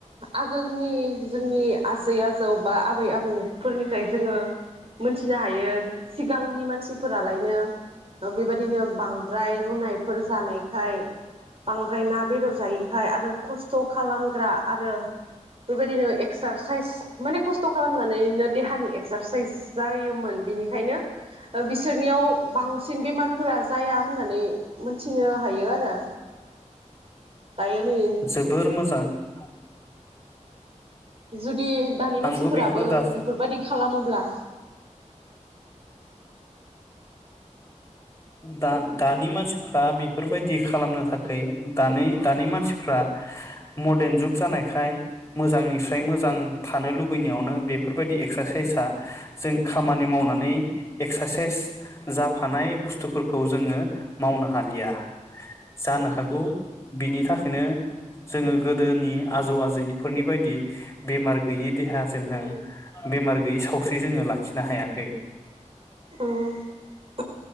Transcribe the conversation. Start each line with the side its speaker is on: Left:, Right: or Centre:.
Right: आगोलनि जोंनि आजै आज जौ बा आबै आबौफोरनिफ्राय जोङो मोनथिनो हायो सिगांनि मानसि फोरालायनो बेबायदिनो बांद्राय रुनायफोर जानायखाय बांद्राय ना बेदर जायो आरो खस्थ खालाम ग्रा आरो बेबायदिनो एक सारसाइ माने खस्थ खालामनानैनो देहानि एक्सारसाइस जायो मोन बिनिखायनो बिसोरनियाव बांसिन बेमारफोरा जाया होननानै मोनथिनो हायो आरो दायो नै
Left: जोबोर मोजां । <inaudible>
Right: जुदि दानि मानसिफोराबो
Left: आंबो बेखौ दा
Right: बेफोरबायदि खालामोब्ला
Left: दा-दानि मानसि फ्रा बेफोरबायदि खालामनो थाख खै दानि दानि मानसिफ्रा मदेन जुग जानायखाय मोजांनिफ्राय मोजां थानो लुबैनायावनो बेफोरबायदि एक्सारसाइसआ जों खामानि मावनानै एक्सारसाइस जा हानाय बुस्थुफोरखौ जोङो मावनो हालिया । जानो हागौ बिनि थाखायनो जोङो गोदोनि आजौ आजैफोरनि फोरनि बायदि बेमार गैयै देहा जोंनो बेमार गैयै सावस्रि जोङो लाखिनो हायाखै
Right: उम ।